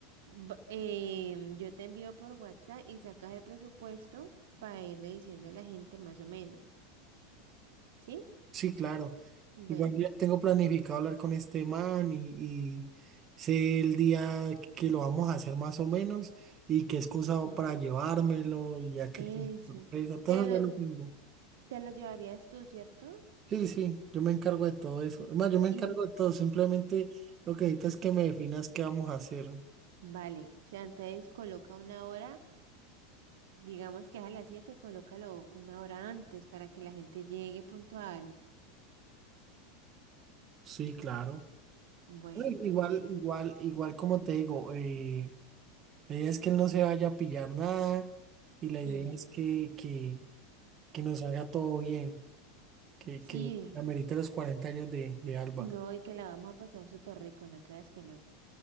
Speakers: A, on the right; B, on the right.
A: b- eh, yo te envío por WhatsApp y sacas el presupuesto para irle diciendo a la gente más o menos, ¿sí?
B: Sí, claro.
A: Bueno,
B: Igual yo tengo planificado hablar con este man y, y sé el día que lo vamos a hacer más o menos y qué excusa hago
A: sí.
B: para llevármelo y ya que
A: Eso.
B: sorpresa, todo
A: te
B: eso
A: lo,
B: ya lo tengo.
A: Te lo llevarías tú, ¿cierto?
B: Sí, sí, yo me encargo de todo eso. Es más, yo me encargo
A: Y
B: de todo, simplemente lo que necesito es que me definas qué vamos a hacer.
A: vale, o sea, entonces coloca una hora, digamos que es a las siete colócalo una hora antes para que la gente llegue puntual.
B: Sí, claro.
A: Bueno,
B: Ay,
A: entonces,
B: Igual, igual, igual como te digo, eh, la idea es que él no se vaya a pillar nada y la idea
A: hmm,
B: es que, que, que nos salga todo bien, que,
A: sí,
B: que amerite los 40 años de, de Álvaro,
A: no, y que la vamos a pasar súper rico, no creas que no.